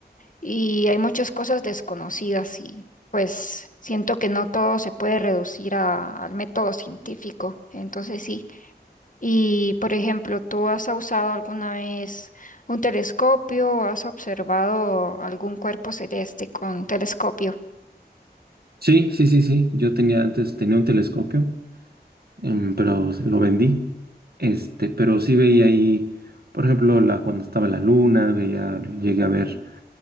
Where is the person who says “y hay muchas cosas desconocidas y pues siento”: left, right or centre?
Left